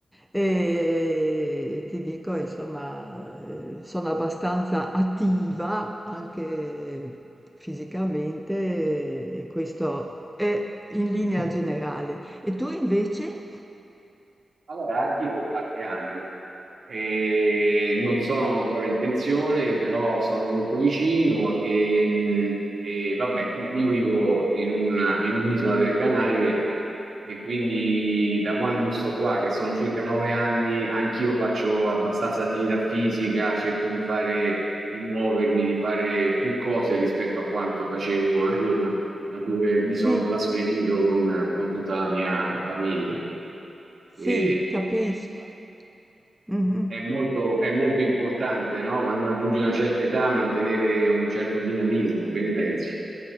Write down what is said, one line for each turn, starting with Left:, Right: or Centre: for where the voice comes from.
Centre: e ti dico, insomma, eh, sono abbastanza attiva anche fisicamente e questo è in linea generale. E tu invece?
Right: Allora, anch'io ho qualche anno e non sono ancora in pensione, però sono molto vicino e, mh, e vabbè, io vivo in una- in un'isola delle Canarie e quindi da quando sto qua, che sono circa nove anni, anch'io faccio abbastanza attività fisica, cerco di fare, di muovermi, di fare più cose rispetto a quanto facevo a Roma. da dove mi
Centre: Sì,
Right: sono trasferito con, con tutta la mia famiglia.
Centre: sì,
Right: E,
Centre: capisco. Mhm.
Right: è molto, è molto importante, no? Quando raggiungi una certa età, mantenere un certo dinamismo, che ne pensi?